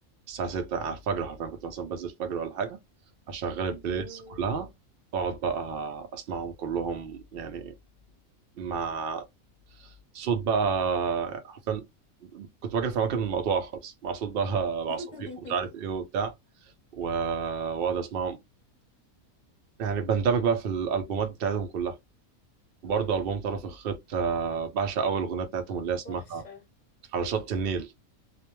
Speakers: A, on the right; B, on the left.
A: الساعه 6 على الفجر حرفيا كنت مثلا بنزل الفجر ولا حاجه اشغل البلاي
B: مم.
A: ليست كلها واقعد بقى اسمعهم كلهم يعني مع صوت بقى حرفيا كنت بجري في اماكن مقطوعه خالص مع صوت بقى <laughs>
B: <laughs>
A: عصافير ومش عارف ايه وبتاع و- واقعد اسمعهم يعني بندمج بقى في الالبومات بتاعتهم كلها وبرضه البوم طرف الخيط آه، بعشق اول اغنيه بتاعتهم اللي هي اسمها
B: تحفه
A: على شط النيل